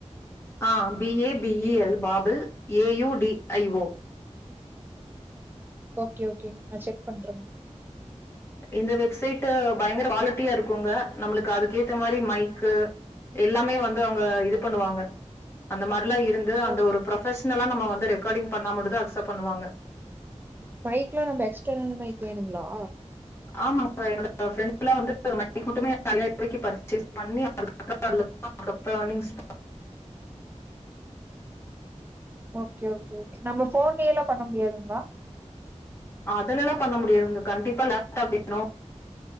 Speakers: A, on the left (about 20°); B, on the right (about 15°).
A: ஆ B A B E L Babel A U D I O
B: okay okay நா செக் பண்றேங்க
A: இந்த வெப்சைட்டு பயங்கர குவாலிட்டியாருக்குங்க நம்ளுக்கு அதுக்கேத்த மாரி மைக்கு எல்லாமே வந்து அவுங்க இது பண்ணுவாங்க அந்த மாரிலா இருந் து
B: ஓ
A: அந்த ஒரு ப்ரொப்பஷனலா நம்ம வந்து ரெக்கார்டிங் பண்ண மட்டுதா அக்சப்ட் பண்ணுவாங்க
B: மைக்லா நம்ம எஸ்ட்டர்னல் மைக் வேணுங்களா
A: ஆமாங்க என்னோட ப்ரெண்ட் எல்லா வந்து மைக்கு மட்டுமே ஐய்யாயிரம் ரூபாக்கு பர்ஷஸ் பண்ணி அப்ராடுல இருந்துதா அதுக்கப்றோ யேனிங்ஸ்
B: ஓகே ஓகே ஓகே நம்ம போன்லேயெல்லா பண்ண முடியாதுங்ளா
A: அதுலல்லா பண்ண முடியாதுங்க கண்டிப்பா லேப்டாப் வேணு